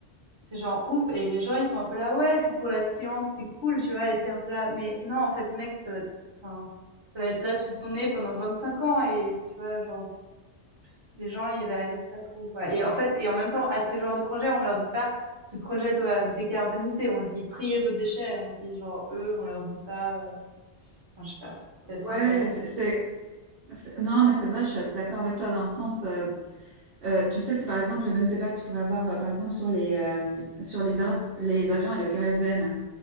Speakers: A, on the right (about 25°); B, on the right (about 60°).
A: c'est genre ouf et les gens ils sont un peu là ouais c'est pour la science c'est cool tu vois et t'es un peu là mais non en fait mec ça va être enfin ça va être là sous ton nez pendant vingt-cinq ans et tu vois genre les gens ils réalisent pas trop quoi et en fait et en même temps à ces genres de projets on leur dit pas ce projet doit décarboniser on dit triez vos déchets on dit genre eux on leur dit pas euh, enfin je sais pas c'est peut-être
B: Ouais,
A: un raisonnement
B: c'est... c'est- c'est- Non, mais c'est vrai, je suis assez d'accord avec toi dans le sens... euh, euh, tu sais, c'est par exemple le même débat que tu pourrais avoir, euh, par exemple, sur les, euh, sur les, ar- les avions et le kérosène.